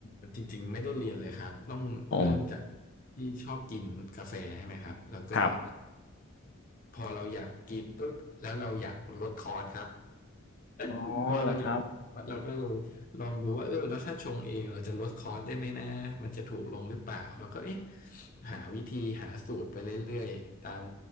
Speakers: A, on the left (about 40°); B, on the left (about 55°).
A: มจริงๆไม่ได้เรียนเลยครับต้องเริ่มจาก
B: โอ้
A: ที่ชอบกินกาแฟใช่ไหมครับแล้วก็
B: ครับ
A: พอเราอยากกินปุ๊บแล้วเราอยากลดคอร์สครับ
B: อ๋อเหรอครับ
A: <laughs> พอเราอยากลดคอร์สเราก็เลยลองดูว่าเออแล้วถ้าชงเองเราจะลดคอร์สได้ไหมนะมันจะถูกลงหรือเปล่าแล้วก็เอ๊ะหาวิธีหาสูตรไปเรื่อยๆตาม